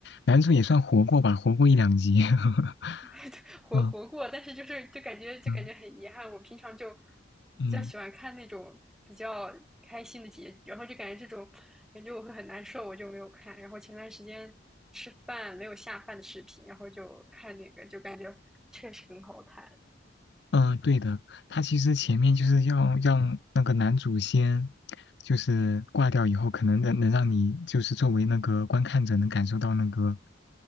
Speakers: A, on the left (about 65°); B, in the centre.
A: 男主也算活过吧，活过一两集。<laughs>
B: <laughs> 活活过，
A: 嗯
B: 但是就是就感觉就感觉很遗憾。
A: 嗯
B: 我平常就
A: 嗯。
B: 比较喜欢看那种比较开心的结局，然后就感觉这种感觉我会很难受，我就没有看。然后前段时间吃饭没有下饭的视频，然后就看那个，就感觉确实很好看
A: 嗯，呃对的，他其实前面就是要让那个男主先，就是挂掉以后，可能能能让你就是作为那个观看者能感受到那个，